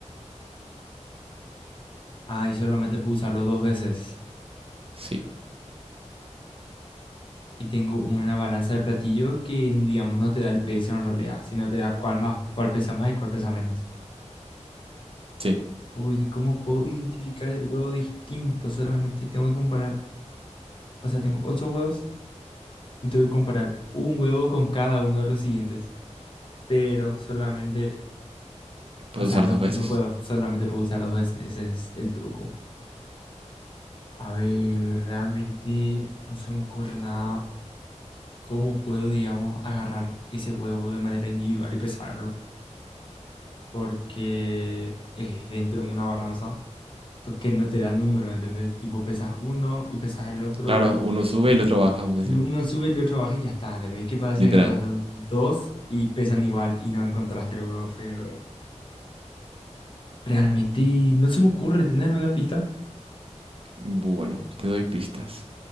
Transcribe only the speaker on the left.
ahí solamente puedo usarlo dos veces.
Y tengo una balanza de platillo que, digamos, no te da el peso en realidad, sino te da cuál más, cuál pesa más y cuál pesa menos.
Oye, ¿cómo puedo identificar el huevo distinto? Solamente tengo que comparar, o sea, tengo ocho huevos y tengo que comparar un huevo con cada uno de los siguientes pero solamente
O sea,
no,
no puedo, solamente puedo usar dos veces, ese es el truco. A ver, realmente no se me ocurre nada. ¿Cómo puedo, digamos, agarrar ese huevo de manera individual y pesarlo? Porque es dentro de una balanza que no te da números, ¿entendés? Tipo, pesas uno y pesas el otro
y
uno sube, el otro baja y ya está, ¿entendés? ¿Qué pasa si
agarras dos y pesan igual y no encontraste el huevo feo? Realmente no se me ocurre tener una pista.